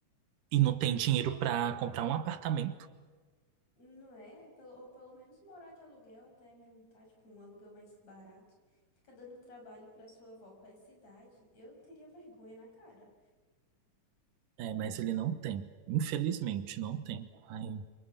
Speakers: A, on the right (about 80°); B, on the left (about 55°).
A: e não
B: uhum.
A: tem dinheiro para comprar um apartamento,
B: Não é? Pelo, ou pelo menos morar de aluguel até juntar, tipo, um aluguel mais barato. Fica dando trabalho pra sua avó com essa idade. Eu teria vergonha na cara.
A: é, mas ele não tem, infelizmente não tem. Aí-